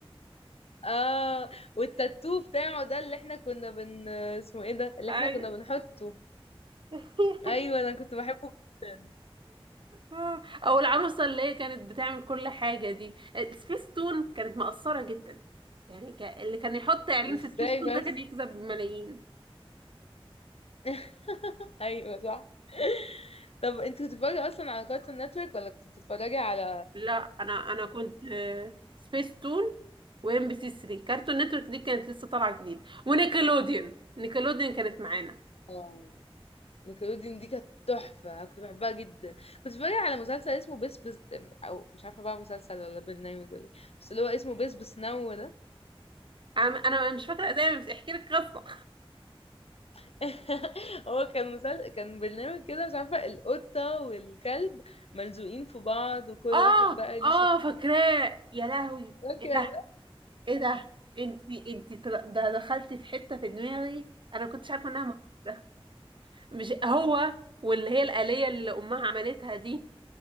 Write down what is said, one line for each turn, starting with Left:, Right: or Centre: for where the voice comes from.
Left: اه والتاتو بتاعه ده اللي احنا كنا بن اسمه ايه ده اللي
Right: ايوه
Left: احنا كنا بنحطه
Right: <laughs>
Left: ايوه انا كنت بحبه جدا
Right: آه، او العروسه اللي هي كانت بتعمل كل حاجه دي سبيس تون كانت مقصره جدا يعني ك... اللي كان يحط اعلان
Left: ازاي
Right: في سبيس تون
Left: بس
Right: ده كان يكسب ملايين
Left: <laughs> ايوه صح طب انت كنت بتتفرجي اصلا على كارتون نتورك ولا كنت بتتفرجي على
Right: لا انا انا كنت سبيس تون وام بي سي 3 كارتون نتورك دي كانت لسه طالعه جديد ونيكلوديون نيكلوديون كانت معانا
Left: آه، نيكلوديان دي كانت تحفة أنا كنت بحبها جدا كنت بتفرج على مسلسل اسمه بس بس أو مش عارفة بقى مسلسل ولا برنامج ولا ايه بس اللي هو اسمه بس بس نو ده
Right: انا أنا مش فاكره زي بس احكي لك قصه
Left: <laughs> هو كان مسلسل كان برنامج كده مش عارفة القطة والكلب ملزوقين في بعض وكل
Right: اه
Left: واحد بقى ليه
Right: اه
Left: شخصية
Right: فاكراه يا لهوي ايه
Left: كده.
Right: ده ايه ده انت انت طل- ده دخلتي في حته في دماغي انا ما كنتش عارفه انها موجوده مش هو واللي هي الآلية اللي امها عملتها دي